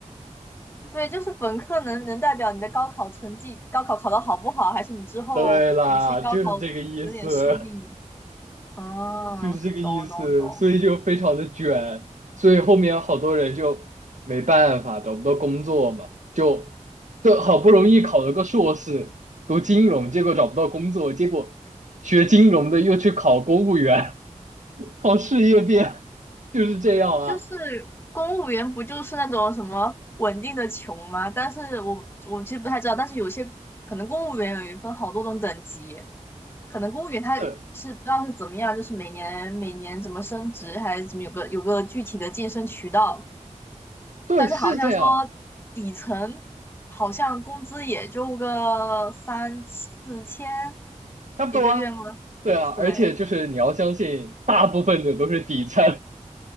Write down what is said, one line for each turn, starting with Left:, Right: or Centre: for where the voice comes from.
Left: 对，就是本科能能代表你的高考成绩，高考考得好不好，还是你之后你去高考有点失利？
Right: <laughs> 对啦，就是这个意思，
Left: 哦，
Right: 就是这个意思，
Left: 懂懂懂。
Right: 所以就非常的卷，所以后面好多人就没办法，找不到工作嘛，就就好不容易考了个硕士，读金融，结果找不到工作，结果学金融的又去考公务员，<laughs> 考事业编，<laughs> 就是这样啊。
Left: 就是公务员不就是那种什么稳定的穷吗？但是我我其实不太知道，但是有些可能公务员有一分好多种等级，可能公务员他是不知道是怎么样，
Right: 对。
Left: 就是每年每年怎么升职还是怎么有个有个具体的晋升渠道，
Right: 对，
Left: 但是好像说
Right: 是这样，
Left: 底层好像工资也就个三四千
Right: 差不多啊。
Left: 一个月吗？
Right: 对啊，
Left: 对。
Right: 而且就是你要相信，大部分的都是底层，